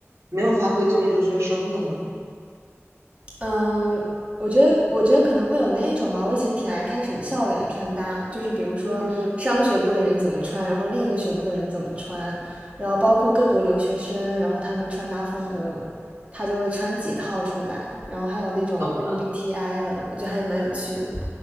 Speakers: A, on the right (about 80°); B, on the right (about 25°).
A: 没有发挥作为留学生的。
B: 嗯，我觉得，我觉得可能会有那种吧。我以前挺爱看什么校园穿搭，就是比如说商学部的人怎么穿，
A: 嗯，
B: 然后另一个学部的人怎么穿，然后包括各国留学生，然后他们穿搭风格，他就会穿几套出来，然后还有那种
A: 懂了。
B: MBTI 的，我觉得还蛮有趣的。